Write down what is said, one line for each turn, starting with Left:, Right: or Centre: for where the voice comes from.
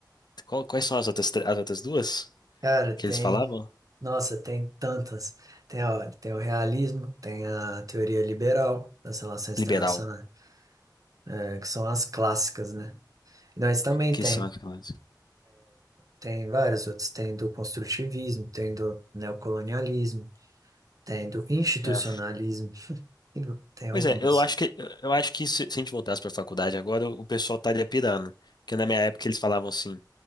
Left: Qual- quais são as outras, tre- as outras duas
Right: Cara, tem.
Left: que eles falavam?
Right: Nossa, tem tantas. Tem, a, tem o realismo, tem a teoria liberal das relações
Left: Liberal,
Right: internacionais, é, que são as clássicas, né? Nós também
Left: que
Right: tem.
Left: são aquelas.
Right: Tem vários outros, tem do construtivismo, tem do neocolonialismo, tem do institucionalismo,
Left: É.
Right: <laughs> tem tem
Left: Pois
Right: algumas.
Left: é, eu acho que eu acho que se, se a gente voltasse para a faculdade agora, o pessoal estaria pirando. Porque na minha época eles falavam assim,